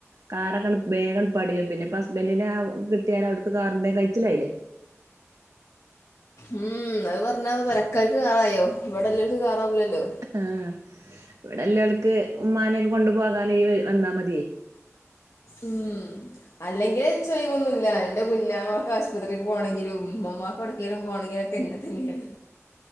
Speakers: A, on the right; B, on the left.
A: കാറൊക്കാണ്ട് വേഗണ്ട് പഠിയും. പിന്നെ പ്പ ഹസ്ബൻ്റിൻ്റെ ആ കട്ടിയാല് അവർക്ക് കാറ്ണ്ടേല് കയിച്ചിലായിലെ.
B: ഉം അത് പറഞ്ഞ മരക്കാര്ക്ക് കാറായോ ഇവിടെല്ല അത് കാറാവൂല്ലല്ലോ
A: ആഹ് ഇവിടെ എല്ല ആൾക്ക് ഉമ്മാനെയൊക്കെ കൊണ്ടു പോകാൻ ഈ വ വന്നാൽ മതിയേ
B: ഉം അല്ലെങ്കിലേ ചെ ചെയ്യൊന്നുല്ല എന്റെ കുഞ്ഞാമാക്ക് ആശുപത്രിയിൽ പോകണെങ്കിലും ഉമ്മമാക്ക് എടക്കലും പോകണെങ്കിലിൽ ഒക്കെ എന്നെ തന്നെയാണ്